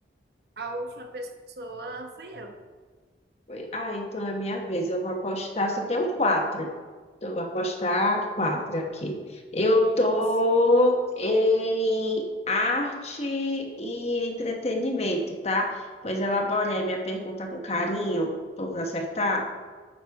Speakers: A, on the right; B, on the left.
A: A última pessoa fui eu.
B: Foi- Ah, então é minha vez. Eu vou apostar, só tenho quatro. Então, eu vou apostar quatro aqui. Eu tô
A: Isso,
B: em arte e entretenimento, tá? Pois elabore aí minha pergunta com carinho, pra eu acertar.